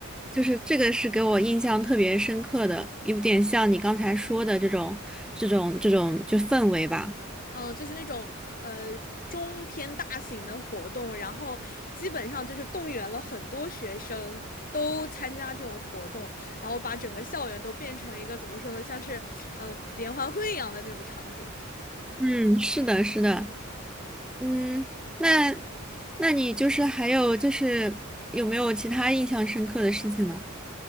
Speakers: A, in the centre; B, on the left.
A: 就是这个是给我印象特别深刻的，有点像你刚才说的这种这种这种就氛围吧。
B: 呃就是那种呃中偏大型的活动，然后基本上就是动员了很多学生都参加这种活动，然后把整个校园都变成一个怎么说呢，像是嗯、呃联欢会一样的那种场景。
A: 嗯，是的，是的，嗯，那那你就是还有就是有没有其他印象深刻的事情呢？